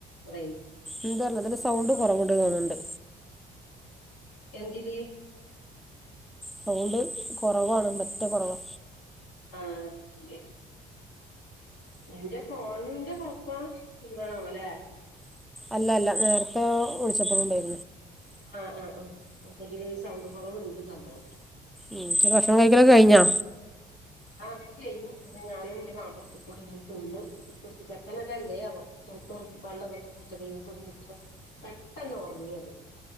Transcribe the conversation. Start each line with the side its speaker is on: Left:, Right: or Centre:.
Left: റെയ്
Centre: എന്തർലാ ഇതിന്റെ സൗണ്ട് കൊറവിണ്ട് തോന്ന്ണ്ട്
Left: എന്തില്
Centre: സൗണ്ട് കൊറവാണ് പറ്റ കൊറവാ
Left: ആ <unintelligible> എന്റെ ഫോണിന്റെ കൊഴപ്പാ എന്താണാവോലെ?
Centre: അല്ല അല്ല നേരത്തെ വിളിച്ചപ്പളുണ്ടായി
Left: ആ ആ ആ അപ്പൊതില് സൗണ്ട് കൊറവിണ്ട് സംഭവം.
Centre: ഉം ഭക്ഷണം കഴിക്കലൊക്കെ കഴിഞ്ഞാ?
Left: ആ ഒക്കെ കയിഞ്ഞു ഞാനും ഇന്റെ മാപ്പളൊക്കെക്കൂടി ഇങ്ങനെ തിന്നു. കുളിച്ച് ചെക്കനൊക്കെ എന്തേ ആവോ പുട്ടും വെള്ളം ഇതൊക്കെ കുടിച്ചപ്പോ ജ്യൂസൊക്കെ കുടിച്ചപ്പോ പെട്ടെന്ന് ഒറങ്ങി. ഇക്ക്